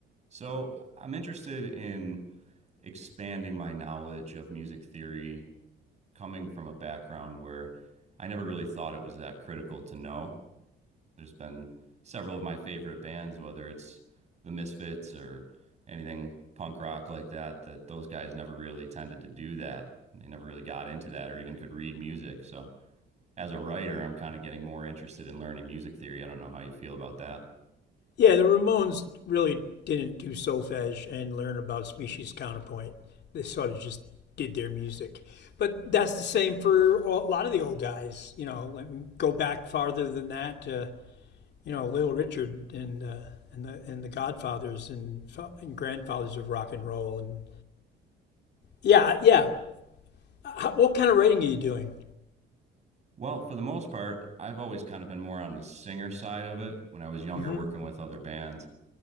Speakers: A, on the right; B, on the left.
A: So I'm interested in expanding my knowledge of music theory, coming from a background where I never really thought it was that critical to know. There's been several of my favorite bands, whether it's the Misfits or anything punk rock like that, that those guys never really tended to do that. They never really got into that or even could read music. So as a writer, I'm kind of getting more interested in learning music theory. I don't know how you feel about that.
B: Yeah, the Ramones really didn't do solfege and learn about species counterpoint. They sort of just did their music. But that's the same for a lot of the old guys. You know, let me go back farther than that to, you know, Little Richard and, uh, and, the, and the Godfathers and, and grandfathers of rock and roll. And yeah, yeah. How, what kind of writing are you doing?
A: Well, for the most part, I've always kind of been more on the singer side of it when I was younger
B: Mm-hmm.
A: working with other bands.